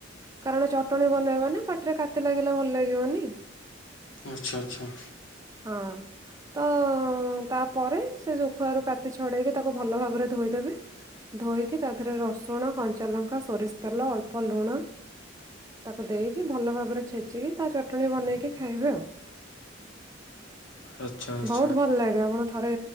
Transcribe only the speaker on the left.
ଆଚ୍ଛା ଆଚ୍ଛା।
ଆଚ୍ଛା ଆଚ୍ଛା।